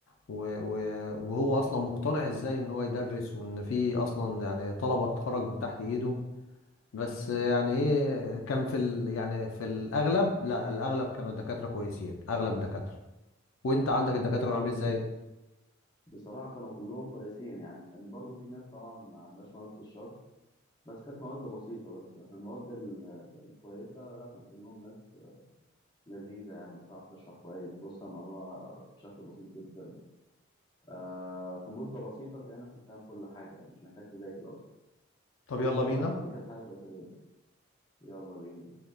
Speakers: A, on the left; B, on the left.
A: و- و- وهو أصلا مقتنع ازاي ان هو يدرس وان في أصلا يعني طلبة تخرج من تحت ايده بس يعني ايه كان في ال... يعني في الاغلب لا الاغلب كانوا الدكاتره كويسين اغلب الدكاتره وانت عندك
B: طب
A: الدكاتره
B: كويس
A: كانوا عاملين
B: جدا
A: ازاي
B: بصراحة كانوا كلهم كويسين يعني كان برضو في ناس طبعا ما عندهاش مواد في الشرح بس كانت مواد بسيطة بس لكن المواد ال- الكويسة لا كان كلهم ناس لذيذة يعني وبتعرف تشرح كويس بص على المعلومة بشكل بسيط جدا آه في مدة بسيطة تلاقي نفسك فاهم كل حاجة يعني، مش محتاج تذاكر أصلا
A: طب يلا بينا
B: فدي كانت حاجة كويسة جدا يلا بينا